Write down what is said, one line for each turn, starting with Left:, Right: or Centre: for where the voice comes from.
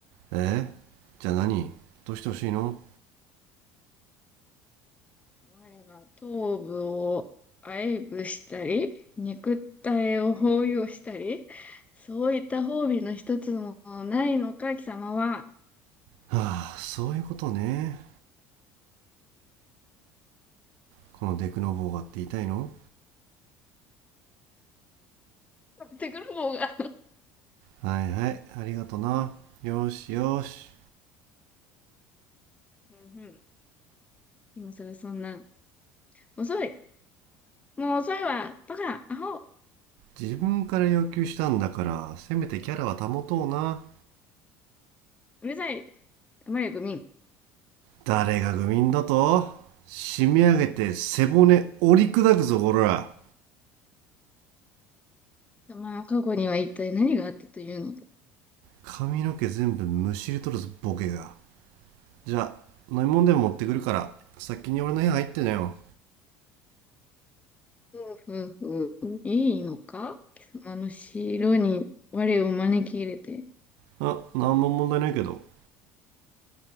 Right: えじゃあ何どうしてほしいの
Left: 我が頭部を愛撫したり、肉体を包容したり、そういった褒美の一つもないのか、貴様は。
Right: はあ、そういうことね。このデクノボーがって言いたいの
Left: 買ってくる方が。
Right: はいはい、ありがとな。よしよし。
Left: うんうん。今更そんな。遅い。もう遅いわ。バカ、アホ、
Right: 自分から要求したんだから、せめてキャラは保とうな。
Left: うるさい。黙れ、愚民。貴
Right: 誰が愚民だと締め上げて背骨折り砕くぞ、こら。
Left: 様の過去には一体何があったというのだ。
Right: 髪の毛全部むしり取るぞ、ボケが。じゃあ、飲み物でも持ってくるから、先に俺の部屋入ってなよ。
Left: ふうふうふう。いいのか貴様の城に我を招き入れて。
Right: あ、なんも問題ないけど。